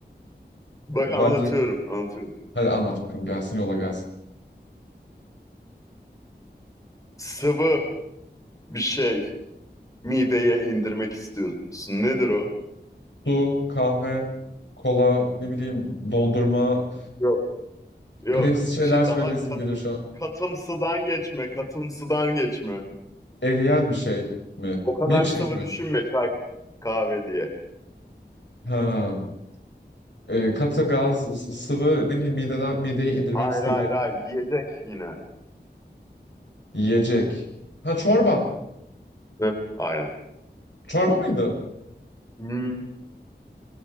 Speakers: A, on the left; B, on the left.
A: Bak
B: Bence
A: anlatıyorum, anlatıyorum.
B: hadi anlat bakalım gelsin yola gelsin.
A: Sıvı bir şey mideye indirmek istiyorsun. Nedir o?
B: Su, kahve, kola, ne bileyim dondurma.
A: Yok. Yok.
B: Edepsiz şeyler
A: Şey
B: söyleyesim
A: daha kat,
B: geliyor şu an.
A: katımsıdan geçme, katımsıdan geçme.
B: Eriyen bir şey mi?
A: O kadar
B: Milkshake
A: sıvı
B: mi?
A: düşünme çay kahve diye.
B: Ha. E, katı gaz, s- sıvı ne bileyim mideden, mideye indirmek
A: Hayır
B: istediğim
A: hayır hayır yiyecek yine.
B: yiyecek. Ha çorba.
A: Hı, aynen.
B: Çorba mıydı?
A: Hmm,